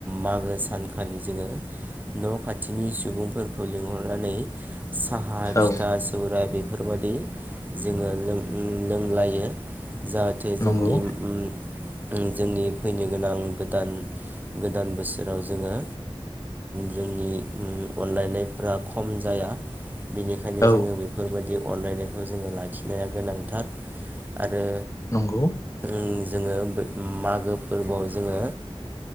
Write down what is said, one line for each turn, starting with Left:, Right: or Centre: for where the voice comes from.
Right: मागो सानखालि जोङो न' खाथिनि सुबुंफोरखौ लिंहरनानै साहा फिथा
Left: औ
Right: सौराइ बेफोरबायदि जोङो लों-लोंलायो जाहाथे
Left: नंगौ
Right: जोंनि उम उम जोंनि फैनो गोनां गोदान गोदान बोसोराव जोङो जोंनि अनलायनायफ्रा खम जाया। बेनिखायनो
Left: औ
Right: जोङो बेफोर बेबायदि अनलायनायखौ जोङो लाखिनाया गोनांथार आरो
Left: नंगौ
Right: उम जोङो बै मागो फोरबोआव जोङो